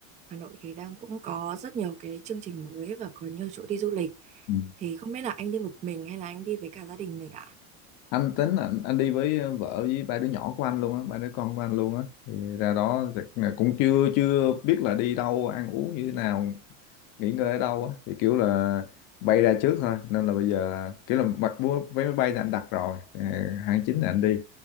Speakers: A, on the right; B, on the left.
A: Hà Nội thì đang cũng có rất nhiều cái chương trình mới và có nhiều chỗ đi du lịch.
B: Ừ.
A: Thì không biết là anh đi một mình hay là anh đi với cả gia đình mình ạ.
B: Anh tính là anh, anh đi với vợ với ba đứa nhỏ của anh luôn á, ba đứa con của anh luôn á, thì ra đó chắc là cũng chưa chưa biết là đi đâu ăn uống như thế nào, nghỉ ngơi ở đâu á thì kiểu là bay ra trước thôi nên là bây giờ kiểu là mặc mua vé máy bay thì anh đặt rồi Ờ, tháng 9 là anh đi